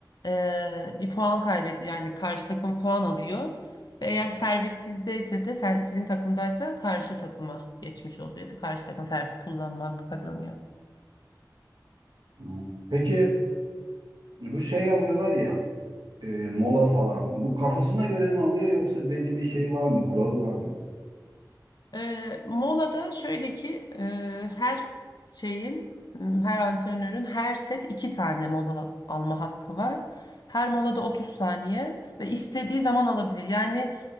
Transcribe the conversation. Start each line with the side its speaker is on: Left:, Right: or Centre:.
Left: e, bir puan kaybediyor. Yani karşı takım puan alıyor. Ve eğer servis sizdeyse de sen, sizin takımdaysa karşı takıma geçmiş oluyor. Karşı takım servis kullanma hakkı kazanıyor.
Right: Hı. Peki bu şey alıyorlar ya e, mola falan. Bu kafasına göre mi alıyor yoksa belli bir şey var mı? Kuralı var mı?
Left: E, molada şöyle ki e, her şeyin, m, her antrenörün her set iki tane mola alma hakkı var. Her molada 30 saniye ve istediği zaman alabilir. Yani